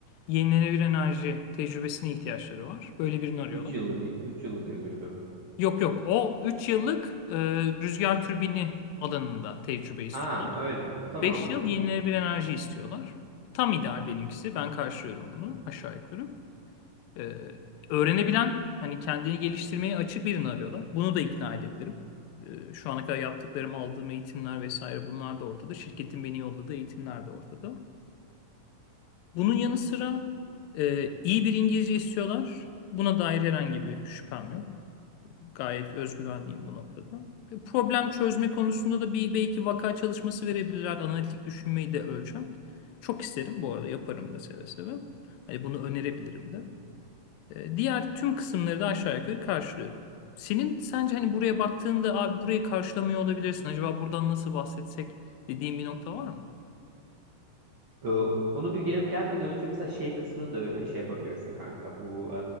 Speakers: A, on the left; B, on the right.
A: yenilenebilir enerji tecrübesine ihtiyaçları var. Böyle birini arıyorlar.
B: Üç yıllık üç yıllık yazıyordu.
A: Yok yok o 3 yıllık e, rüzgar türbini alanında tecrübe istiyorlar.
B: Aa öyle. Tamam.
A: 5 yıl yenilenebilir enerji istiyorlar. Tam ideal benimkisi. Ben karşılıyorum bunu aşağı yukarı. Ee, öğrenebilen, hani kendini geliştirmeye açık birini arıyorlar. Bunu da ikna edebilirim. Ee, şu ana kadar yaptıklarım, aldığım eğitimler vesaire bunlar da ortada. Şirketin beni yolladığı eğitimler de ortada. Bunun yanı sıra e, iyi bir İngilizce istiyorlar. Buna dair herhangi bir şüphem yok. Gayet özgüvenliyim bu noktada. E, Problem çözme konusunda da bir belki vaka çalışması verebilirler. Analitik düşünmeyi de ölçen. Çok isterim bu arada yaparım da seve seve. Hani bunu önerebilirim de. E, Diğer tüm kısımları da aşağı yukarı karşılıyorum. Senin sence hani buraya baktığında abi burayı karşılamıyor olabilirsin. Acaba buradan nasıl bahsetsek dediğin bir nokta var mı?
B: Ee, Onu bir gel gelmeden önce mesela şey kısmını da şey yapabilirsin kanka. Bu e,